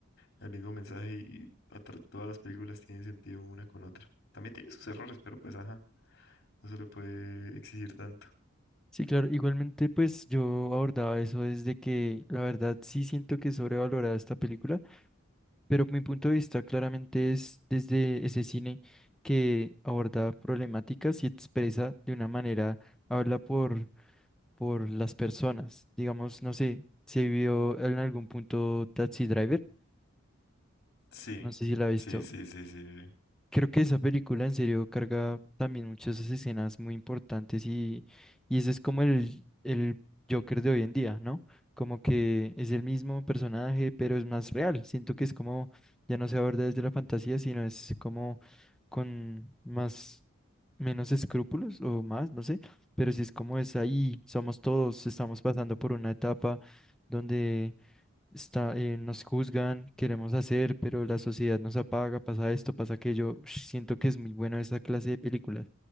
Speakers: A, on the left; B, in the centre.
A: el mismo mensaje y atra- todas las películas tienen sentido una con otra. También tiene sus errores, pero pues ajá, no se le puede exigir tanto.
B: Sí, claro, igualmente pues yo abordaba eso desde que la verdad sí siento que es sobrevalorada esta película, pero mi punto de vista claramente es desde ese cine que aborda problemáticas y expresa de una manera, habla por, por las personas. Digamos, no sé, se vio en algún punto Taxi Driver,
A: Sí,
B: no sé si la ha visto.
A: sí, sí, sí, sí. sí.
B: Creo que esa película en serio carga también muchas escenas muy importantes y, y ese es como el, el Joker de hoy en día, ¿no? Como que es el mismo personaje, pero es más real. Siento que es como, ya no se aborda desde la fantasía, sino es como con más, menos escrúpulos o más, no sé. Pero sí es como es ahí, somos todos, estamos pasando por una etapa donde está, eh, nos juzgan, queremos hacer, pero la sociedad nos apaga, pasa esto, pasa aquello. Ush, Siento que es muy buena esa clase de películas.